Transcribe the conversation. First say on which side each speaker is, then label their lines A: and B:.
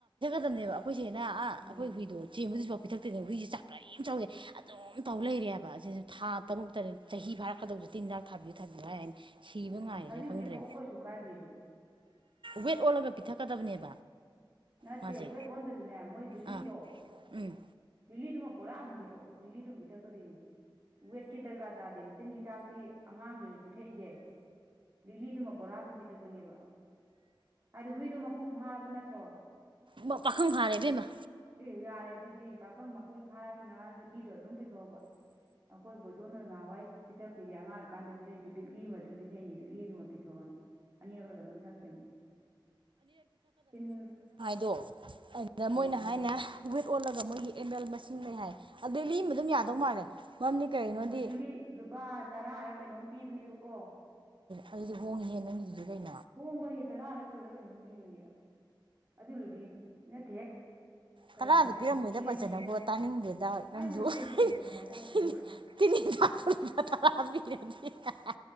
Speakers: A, on the right; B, on the right.
A: ꯕꯅꯦꯕ ꯑꯩꯈꯣꯏ ꯆꯦꯅ ꯑꯥ
B: ꯎꯝ
A: ꯑꯩꯈꯣꯏ ꯍꯨꯏꯗꯣ ꯆꯦꯟꯕ ꯍꯨꯁꯤꯐꯥꯎ ꯄꯤꯊꯛꯇꯦ ꯍꯨꯏꯁꯦ ꯆꯥꯛ ꯀꯔꯤꯝ ꯆꯥꯎ ꯌꯥꯗꯦ ꯑꯗꯨꯝ ꯇꯧ ꯂꯩꯔꯦ ꯍꯥꯏꯕ ꯑꯁꯤꯁꯦ ꯊꯥ ꯇꯔꯨꯛ ꯇꯔꯦꯠ ꯆꯍꯤ ꯐꯥꯔꯛꯀꯗꯧꯕꯁꯦ ꯇꯤꯟ ꯍꯤꯗꯥꯛ ꯊꯥꯕꯤꯌꯨ ꯊꯥꯕꯤꯌꯨ ꯍꯥꯏ ꯍꯥꯏꯅ ꯁꯤꯕ
B: ꯎꯝ
A: ꯉꯥꯏꯔꯤꯔꯥ
B: ꯍꯧꯖꯤꯛ
A: ꯈꯪꯗ꯭ꯔꯦ
B: ꯄꯤꯊꯛꯑꯣ ꯀꯩꯁꯨ ꯀꯥꯏꯗꯦ ꯑꯗꯣ
A: ꯋꯦꯠ ꯑꯣꯜꯂꯒ ꯄꯤꯊꯛꯀꯗꯕꯅꯦꯕ
B: ꯅꯠꯇꯦ
A: ꯃꯥꯁꯦ
B: ꯋꯦꯠ ꯑꯣꯟꯗꯁꯨꯅꯦ ꯃꯣꯏ ꯂꯤꯛꯂꯤꯗꯣ
A: ꯑꯥ ꯎꯝ
B: ꯂꯤꯛꯂꯤꯗꯨꯝ ꯄꯨꯔꯥ ꯑꯗꯨꯝ ꯄꯤꯊꯛꯑꯣ ꯂꯤꯛꯂꯤ ꯗꯨꯝ ꯄꯤꯊꯛꯀꯗꯣꯏꯅꯤ ꯋꯦꯠꯀꯤ ꯗꯔꯀꯥꯔ ꯇꯥꯗꯦꯕ ꯇꯤꯟ ꯍꯤꯗꯥꯛꯇꯤ ꯑꯉꯥꯡꯗꯁꯨ ꯄꯤꯊꯛꯏꯁꯦ ꯂꯤꯛꯂꯤꯗꯨꯃ ꯄꯣꯔꯥ ꯑꯗꯨꯝ ꯄꯤꯊꯛꯄꯅꯦꯕ ꯍꯥꯏꯗꯤ ꯍꯨꯏꯗꯣ ꯃꯄꯨꯡ ꯐꯥꯔꯕ ꯅꯠꯇ꯭ꯔꯣ
A: ꯃ ꯄꯥꯈꯪ ꯐꯥꯔꯦ ꯏꯕꯦꯝꯃ
B: ꯑꯦ ꯌꯥꯔꯦ ꯑꯗꯨꯗꯤ ꯄꯥꯈꯪ ꯃꯄꯨꯡ ꯐꯥꯔꯕꯅꯤꯅ ꯂꯤꯛꯂꯤꯗꯣ ꯑꯗꯨꯝ ꯄꯤꯊꯣꯛꯑꯣꯕ ꯑꯩꯈꯣꯏ ꯕꯣꯏꯇꯣꯟꯅꯥ ꯍꯣꯏ ꯅꯥꯍꯥꯟꯋꯥꯏ ꯄꯤꯊꯛꯈ꯭ꯔꯤꯖꯦ ꯑꯉꯥꯡ ꯑꯣꯏꯔꯤ ꯀꯥꯟꯗ ꯄꯤꯊꯛꯏꯗꯣ ꯂꯤꯛꯂꯤ ꯑꯃ ꯑꯗꯨꯝ ꯄꯤꯊꯛꯏꯅꯤ ꯂꯤꯛꯂꯤꯗꯨꯃ ꯄꯤꯊꯛꯑꯣꯅ ꯑꯅꯤꯔꯛꯂ ꯀꯩꯅꯣꯝ ꯊꯛꯈꯤꯕꯅꯦ ꯇꯤꯟ
A: ꯑꯗꯣ ꯑꯗꯨꯗ
B: ꯎꯝ
A: ꯃꯣꯏꯅ ꯍꯥꯏꯅ ꯋꯦꯠ ꯑꯣꯜꯂꯒ ꯃꯣꯏꯒꯤ ꯑꯦꯝ ꯑꯦꯜ ꯃꯁꯤꯡ ꯂꯩꯩ ꯍꯥꯏ ꯑꯗꯨ ꯂꯤꯛꯂꯤ ꯑꯃ ꯑꯗꯨꯝ ꯌꯥꯗꯧ ꯃꯥꯜꯂꯦ ꯃꯔꯝꯗꯤ ꯀꯔꯤꯅꯣꯗꯤ
B: ꯍꯣꯏ ꯂꯤꯛꯂꯤ ꯂꯨꯄꯥ ꯇꯔꯥꯔ ꯀꯩꯅꯣꯝ ꯄꯤꯕꯅꯦꯕꯀꯣ
A: ꯑꯗꯨꯗꯤ ꯍꯣꯡꯉꯤꯍꯦ ꯅꯪꯒꯤꯗꯨꯗꯤ ꯀꯩꯅꯣ
B: ꯍꯣꯡꯕꯅꯦ ꯇꯔꯥꯅ ꯀꯨꯜꯂ ꯀꯪꯅꯣꯝ ꯄꯤꯕꯅꯦ ꯑꯗꯨ ꯂꯩꯗꯤ ꯅꯠꯇꯦꯍꯦ ꯀꯌꯥꯅꯣ
A: ꯇꯔꯥꯗꯤ ꯄꯤꯔꯝꯃꯣꯏꯗ
B: ꯇꯦꯟ
A: ꯄꯟꯆ
B: ꯑꯦꯝ
A: ꯅꯪꯕꯨ
B: ꯑꯦꯜ
A: ꯇꯥꯅꯤꯡꯗꯦꯗ ꯅꯪꯖꯨ
B: ꯑꯩꯗꯣ ꯇꯦꯟ
A: <unintelligible>
B: ꯑꯦꯝ ꯑꯦꯜ ꯍꯥꯏꯕ ꯑꯣꯏꯔꯝꯗꯧ
A: ꯇꯤꯟ ꯍꯤꯗꯥꯛꯄꯨ ꯂꯨꯄꯥ ꯇꯔꯥ ꯄꯤꯔꯗꯤ ꯍꯦ ꯍꯦ ꯍꯦ